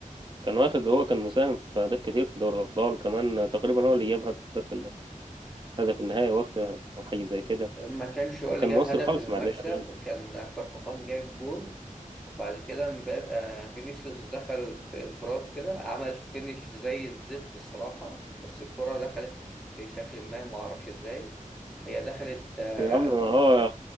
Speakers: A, on the right; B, in the centre.
A: كان واخد هو كان مساهم في أهداف كتير في دوري الأبطال كمان تقريبا هو اللي جاب هدف ال- هدف النهائي وقتها أو حاجة زي كده
B: ما كانش هو
A: فكان
B: اللي جاب
A: مؤثر
B: هدف
A: خالص
B: المكسب
A: مع الريال يعني
B: كان كارفاخال جايب جون وبعد كده مباب- آه، فينيسيوس دخل بانفراد كده عمل فينش زي الزفت الصراحة بس الكرة دخلت بشكل ما ما اعرفش ازاي هي دخلت آه،
A: يا عم هو